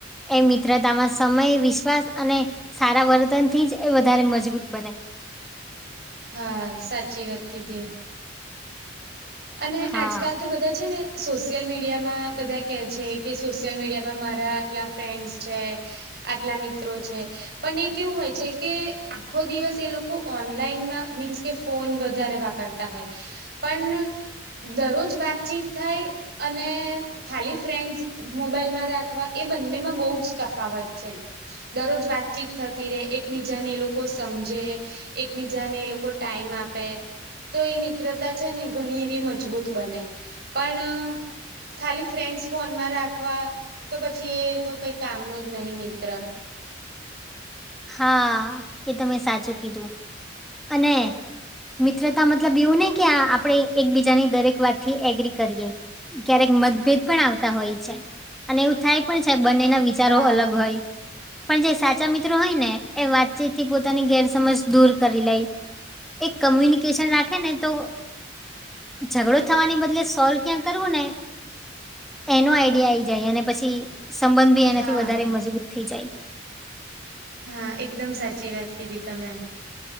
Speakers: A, in the centre; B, on the right.
A: એ મિત્રતામાં સમય વિશ્વાસ અને સારા વર્તન થી જ એ વધારે મજબૂત બનાય
B: હા સાચી વાત કીધી અને
A: હા
B: આજકાલ તો બધા છે ને સોશિયલ મીડિયામાં બધા કે છે કે સોશિયલ મીડિયામાં મારા આટલા ફ્રેન્ડ્સ છે આટલા મિત્રો છે પણ એ કેવું હોય છે કે આખો દિવસ એ લોકો ઓનલાઈનમાં મીન્સ કે ફોન વધારે વાપરતા હોય પણ દરરોજ વાતચીત થાય અને ખાલી ફ્રેન્ડસ મોબાઈલમાં રાખવા એ બંનેમાં બહુ જ તફાવત છે દરરોજ વાતચીત થતી રે એકબીજાને એ લોકો સમજે એકબીજાને એ લોકો ટાઈમ આપે તો એ મિત્રતા છે ને ઘણી બી મજબૂત બને પણ ખાલી ફ્રેન્ડસ ફોનમાં રાખવા તો પછી એ તો કઈ કામ ન જ નહી મિત્ર.
A: હા એ તમે સાચું કીધું અને મિત્રતા મતલબ એવું ને કે આપડણે એકબીજાની દરેક વાત થી એગ્રી કરીએ ક્યારેક મતભેદ પણ આવતા હોય છે અને એવું થાય પણ છે બંનેના વિચારો
B: હા
A: અલગ હોય પણ જે સાચા મિત્ર હોય ને એ વાતચીત થી પોતાની ગેરસમજ દૂર કરી લાય એક કમ્યુનિકેશન રાખે ને તો ઝઘડો થવાની બદલે સોલ્વ ક્યાં કરવું ને એનો આઈડિયા આઈ જાય અને પછી સંબંધ ભી એનાથી
B: હા
A: વધારે મજબૂત થઈ જાય.
B: હા એકદમ સાચી વાત કીધી તમે